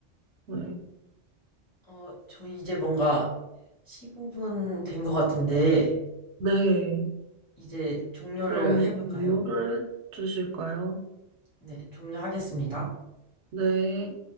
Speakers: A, on the right (about 80°); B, on the left (about 20°).
A: 네.
B: 어, 저희 이제 뭔가 15분 된 것 같은데
A: 네.
B: 이제 종료를
A: 그럼
B: 해볼까요?
A: 공유를 해주실까요?
B: 네, 종료하겠습니다.
A: 네.